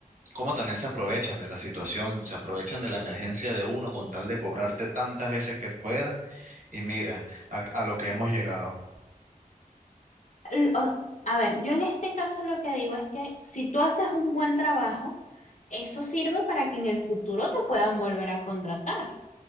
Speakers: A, on the right (about 60°); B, on the left (about 55°).
A: cómo también se aprovechan de la situación, se aprovechan de la emergencia de uno con tal de cobrarte tantas veces que puedan. Y mira, a, a lo que hemos llegado.
B: L- o- A ver, yo en este caso lo que digo es que si tú haces un buen trabajo, eso sirve para que en el futuro te puedan volver a contratar.